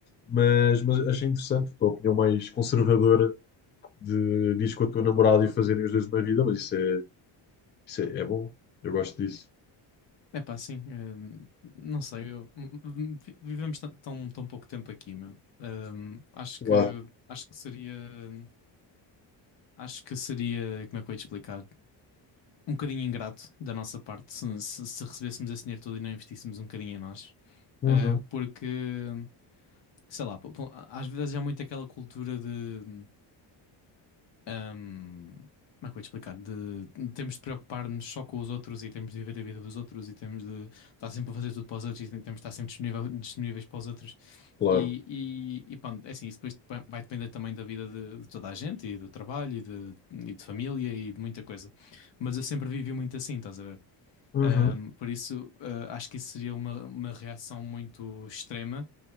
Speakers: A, on the left; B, on the left.
A: Mas, mas achei interessante a tua opinião mais conservadora de diz com a tua namorada e fazerem os dois uma vida, mas isso é, isso é, é bom. Eu gosto disso.
B: É pá, sim. hum, não sei, eu- hum, hum, vi- vivemos tão, tão, tão pouco tempo aqui, meu. Hum, acho
A: Claro.
B: que, acho que seria, acho que seria, como é que eu ia te explicar? Um bocadinho ingrato da nossa parte se, se, se recebêssemos esse dinheiro todo e não investíssemos um bocadinho em nós.
A: Uhum.
B: Uh, porque, sei lá, po- po- às vezes há muito aquela cultura de. Ahm, como é que eu ia te explicar? De, temos de preocupar-nos só com os outros e temos de viver a vida dos outros e temos de estar sempre a fazer tudo para os outros e temos de estar sempre disponível, disponíveis para os outros.
A: Claro.
B: E, e, e pronto, é assim, isso depois depe- vai depender também da vida de, de toda a gente e do trabalho e de, e de família e de muita coisa. Mas eu sempre vivi muito assim, estás a ver?
A: Uhum,
B: Ahm, por isso, ah, acho que isso seria uma, uma reação muito extrema